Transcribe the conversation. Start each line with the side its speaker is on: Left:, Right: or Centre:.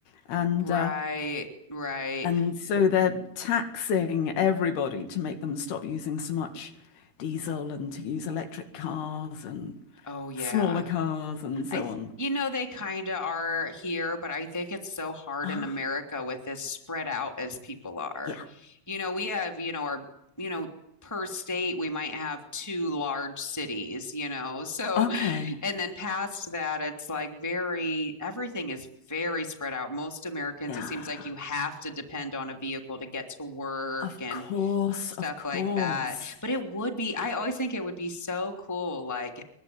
Left: and
Centre: Right,
Left: uh,
Centre: right.
Left: and so they're taxing everybody to make them stop using so much diesel and to use electric cars and
Centre: Oh yeah.
Left: smaller cars and so
Centre: I th
Left: on.
Centre: you know they kind of are here, but I think it's so hard
Left: Ah,
Centre: in America with as spread out as people are.
Left: yeah.
Centre: You know, we have, you know, our, you know, per state we might have two large cities, you know. <laughs> So
Left: Okay.
Centre: and then past that it's like very everything is very spread out. Most Americans
Left: Yeah.
Centre: it seems like you have to depend on a vehicle to get to work
Left: Of
Centre: and
Left: course,
Centre: stuff
Left: of course.
Centre: like that. But it would be, I always think it would be so cool, like